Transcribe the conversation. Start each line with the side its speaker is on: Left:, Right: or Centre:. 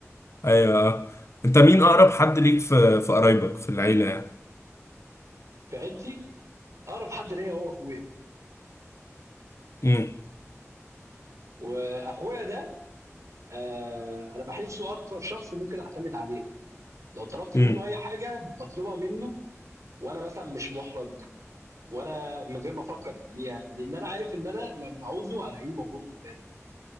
Left: ايوه آه. انت مين اقرب حد ليك في في قرايبك في العيله يعني
Right: في عيلتي اقرب حد ليا هو اخويا
Left: امم
Right: واخويا ده آه انا بحسه اكتر شخص ممكن اعتمد عليه لو طلبت
Left: امم
Right: منه اي حاجه بطلبها منه وانا مثلا مش محرج وانا من غير ما افكر قبليها لان انا عارف ان انا لما عاوزه هلاقيه موجود قدامي